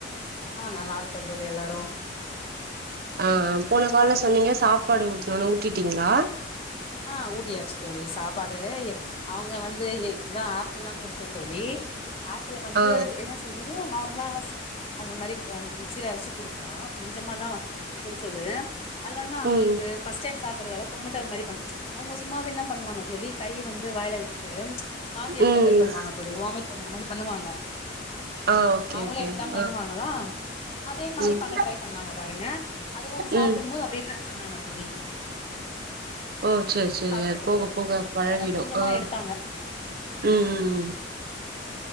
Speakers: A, on the left; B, on the right.
A: ஆ நல்லா இருக்கோ தோழி எல்லாரு
B: அ அ போன கால்ல சொன்னீங்க சாப்பாடு ஊட்ணுனு ஊட்டிடீங்ளா
A: ஆ ஊட்டியாச்சு தோழி சாப்பாடு அவுங்க வந்து எ இதா ஆப்பிள்ல்லா குடுத்தே தோழி ஆப்பிள வந்து
B: ஆ
A: என்ன சொல்றது நா வாஸ் அந்த மாரி கொன் மிக்சீல அரைச்சு குடுத்தே கொஞ்சமாதா குடிச்சது அது வந்து அவங்களுக்கு
B: ம்
A: ஃபஸ் டைம் சாப்டுறதால கொமட்டல் மாரி பண் அவுங்க சும்மாவேன்னா பண்ணுவாங்க தோழி கைய வந்து வாய்ல விட்டு வாந்தி எடுக்க
B: ம்
A: ட்ரை பண்ணுவாங்க தோழி வாமிட் பண்ற மாரி பண்ணுவாங்க
B: ஆ ஓகே
A: அவுங்களே
B: ஓகே
A: எப்டிதா பண்ணுவாங்களா
B: ஆ
A: அதே மாரி
B: ம்
A: பண்ண ட்ரை பண்ணுவாங்க பாருங்க அதுவு அவன் சாப்புடும்போது
B: ம்
A: அப்டியே ட்ர பண்ணாங்க தோழி
B: ஓ செரி செரி
A: சாப்ட்றது
B: அது போக போக பழகிடு
A: அதனால கொஞ்சமா
B: அ
A: எடுத்தாங்க
B: ம் ம் ம்